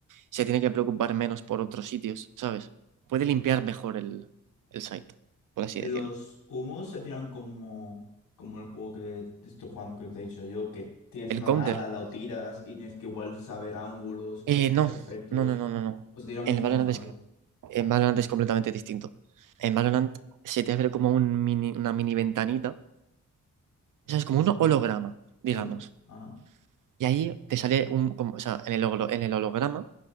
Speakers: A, on the right (about 75°); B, on the left (about 85°).
A: se tiene que preocupar menos por otros sitios, ¿sabes? Puede limpiar mejor el, el site, por así
B: Los
A: decirlo.
B: humos se tiran como, como el juego que te estoy jugando, que te he dicho yo, que tienes
A: ¿El
B: una
A: counter?
B: nada, la tiras y tienes que igual saber ángulos
A: Eh, no,
B: perfectos.
A: no, no, no, no, no.
B: O se tira mucho
A: En el Valorant
B: más fácil.
A: es, en Valorant es completamente distinto. En Valorant se te abre como un mini, una mini ventanita, o sea, es como un holograma, digamos.
B: Sí, ajá,
A: Y ahí te sale un, como- o sea, en el, holo- en el holograma